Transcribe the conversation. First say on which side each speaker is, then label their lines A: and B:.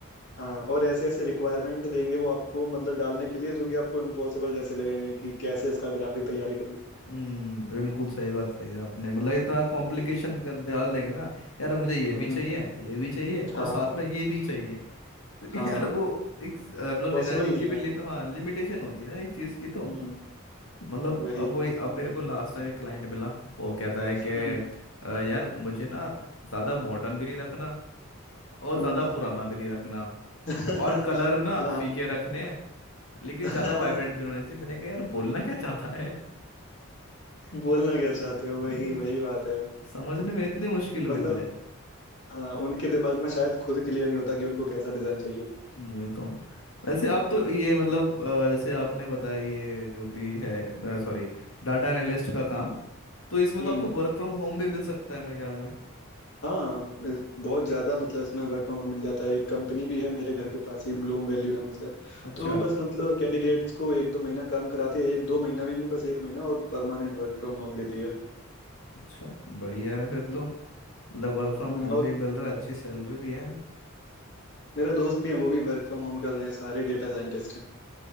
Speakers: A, on the left (about 55°); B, on the left (about 70°).
A: हाँ और ऐसे ऐसे रिक्वायरमेंट देंगे वो आपको मतलब डालने के लिए जो कि आपको इम्पॉसिबल जैसे लगेंगे कि कैसे इसका ग्राफिक तैयारी करूं
B: हम्म बिल्कुल सही बात कही आपने मतलब इतना कॉम्प्लिकेशन कर डाल देंगे ना यार मुझे ये
A: हम्म
B: भी चाहिए ये भी चाहिए और
A: हाँ
B: साथ में ये भी चाहिए तो <laughs>
A: हाँ
B: यार वो एक अ, मतलब
A: पॉसिबल
B: डिजाइनिंग
A: नहीं
B: की भी
A: है
B: लिम, हाँ लिमिटेशन होती है ना एक चीज की तो
A: हम्म
B: मतलब
A: वही
B: अब वही अब मेरे को लास्ट टाइम एक क्लाइंट मिला वो कहता है कि
A: हम्म
B: "अ, यार मुझे ना ज़्यादा मॉडर्न भी नहीं रखना और
A: हम्म
B: ज़्यादा पुराना भी नहीं रखना
A: <laughs>
B: और कलर ना फीके
A: हाँ
B: रखने हैं लेकिन
A: <laughs>
B: ज़्यादा वाइब्रेंट भी होने चाहिए मैंने कहा यार बोलना क्या चाहता है
A: बोलना क्या चाहते
B: <laughs>
A: हो वही
B: वही तो
A: वही बात है
B: समझने में इतनी मुश्किल
A: मतलब
B: हुई मुझे
A: हाँ उनके दिमाग में शायद खुद क्लियर नहीं होता कि उनको कैसा डिजाइन चाहिए
B: वही तो वैसे आप तो ये मतलब अ, जैसे आपने बताया ये जो भी है सॉरी डाटा एनालिस्ट का काम तो इसमें
A: हम्म
B: तो आपको वर्क फ्रॉम होम भी मिल सकता है मेरे ख्याल में
A: हाँ इस- बहुत ज़्यादा मतलब इसमें वर्क फ्रॉम होम मिल जाता है एक कंपनी भी है मेरे घर के पास ही ब्लूम वैल्यू नाम से
B: अच्छा
A: तो वो बस मतलब कैंडिडेट्स को एक दो महीना काम कराती है एक दो महीना भी नहीं बस एक महीना और परमानेंट वर्क फ्रॉम होम देती है
B: अच्छा बढ़िया है फिर
A: हम्म,
B: तो मतलब वर्क फ्रॉम
A: हम्म,
B: होम
A: और
B: भी मिल रहा है अच्छी सैलरी भी है
A: मेरा दोस्त भी है वो भी वर्क फ्रॉम होम कर रहे हैं सारे डेटा साइंटिस्ट हैं